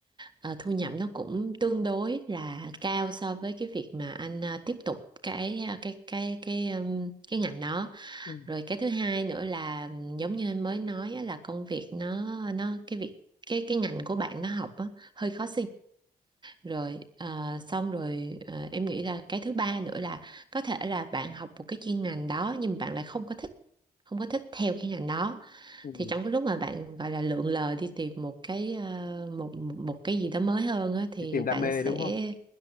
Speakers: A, on the right (about 30°); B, on the left (about 60°).
A: ờ, thu nhập nó cũng tương đối là cao so với cái việc mà anh ờ, tiếp tục cái ờ, cái cái cái ừm, cái ngành đó
B: Ừ.
A: rồi cái thứ hai nữa là ừm, giống như anh mới nói á, là công việc nó nó cái việc cái cái ngành của bạn nó học á, hơi khó rồi à, xong rồi à, em nghĩ là cái thứ ba nữa là có thể là bạn học một cái chuyên ngành đó nhưng bạn lại không có thích không có thích theo cái ngành đó
B: Ừ.
A: thì trong cái lúc mà bạn gọi là lượn lờ đi tìm một cái ờ, một một cái gì đó mới hơn á, thì
B: đi tìm đam
A: bạn
B: mê
A: sẽ
B: đúng không